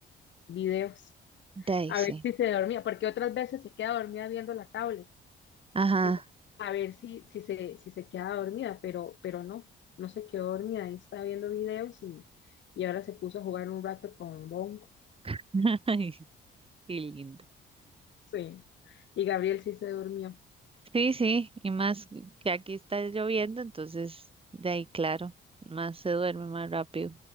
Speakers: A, on the left; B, on the right.
A: videos,
B: De ahí
A: a
B: sí.
A: ver si se dormía, porque otras veces se queda dormida viendo la tablet.
B: Ajá.
A: Entonces, a ver si, si se, si se queda dormida, pero, pero no, no se quedó dormida, ahí está viendo videos y, y ahora se puso a jugar un rato con Bongo.
B: <laughs> Ay, qué linda.
A: Sí. Y Gabriel sí se durmió.
B: Sí, sí, y más que aquí está lloviendo, entonces de ahí, claro, más se duerme más rápido.